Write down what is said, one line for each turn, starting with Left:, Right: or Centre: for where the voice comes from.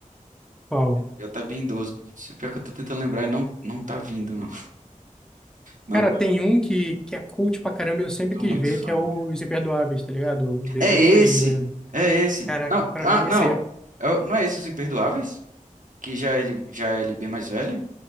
Centre: Qual?
Right: Já tá bem idoso. Se pior que eu tô tentando lembrar, não, não tá vindo, não. Não
Centre: Cara,
Right: tá
Centre: tem
Right: vindo.
Centre: um que, que é cult pra caramba, eu sempre
Right: Tô
Centre: quis
Right: muito
Centre: ver,
Right: fã,
Centre: que é o
Right: cara.
Centre: Os Imperdoáveis, tá ligado? O The
Right: É
Centre: Good,
Right: esse!
Centre: The...
Right: É esse!
Centre: Caraca,
Right: Não,
Centre: pra
Right: ah,
Centre: mim
Right: não.
Centre: esse aí eu
Right: É o- não é esse Os Imperdoáveis? Que já é ele, já é ele bem mais velho?